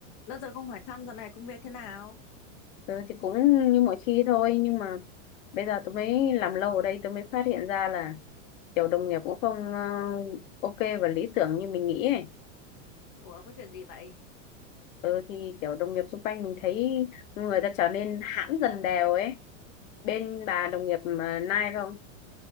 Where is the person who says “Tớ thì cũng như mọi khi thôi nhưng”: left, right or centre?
Left